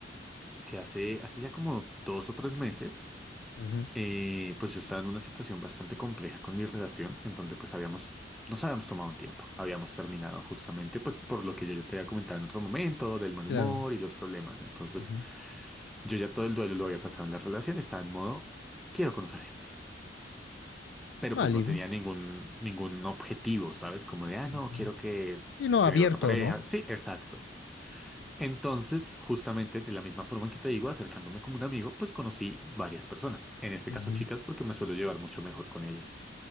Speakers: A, in the centre; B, on the left.
A: que hace, hace ya como dos o tres meses.
B: Ujú,
A: eh, pues yo estaba en una situación bastante compleja con mi relación, en donde pues habíamos, nos habíamos tomado un tiempo, habíamos terminado justamente pues por lo que yo, yo te había comentado en otro momento, del mal
B: claro.
A: humor y los problemas. Entonces,
B: ujú,
A: yo ya todo el duelo lo había pasado en la relación, estaba en modo, quiero conocer gente, pero
B: Válido.
A: pues no tenía ningún, ningún objetivo, ¿sabes? Como de, ah,
B: ujú.
A: no, quiero que
B: Sí, no,
A: tener
B: abierto,
A: otra pareja.
B: ¿no?
A: Sí, exacto. Entonces, justamente de la misma forma en que te digo, acercándome como un amigo, pues conocí varias personas, en este
B: Ujú,
A: caso chicas, porque me suelo llevar mucho mejor con ellas.